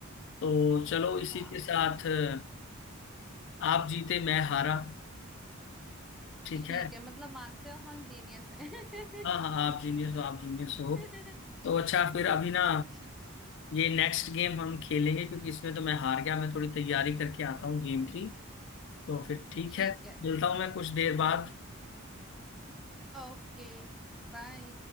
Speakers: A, on the left; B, in the centre.
A: तो चलो इसी
B: हाँ
A: के साथ अ, आप जीते मैं हारा ठीक
B: ठीक
A: है
B: है मतलब मानते हो हम जीनियस हैं
A: हाँ हाँ आप जीनियस हो आप जीनियस हो
B: <laughs>
A: तो अच्छा फिर अभी ना
B: ठीक
A: ये नेक्स्ट गेम हम खेलेंगे क्योंकि इसमें तो मैं हार गया मैं थोड़ी तैयारी करके आता हूँ गेम की तो फिर ठीक
B: ठीक
A: है
B: है
A: मिलता हूँ मैं कुछ देर बाद
B: ओके बाय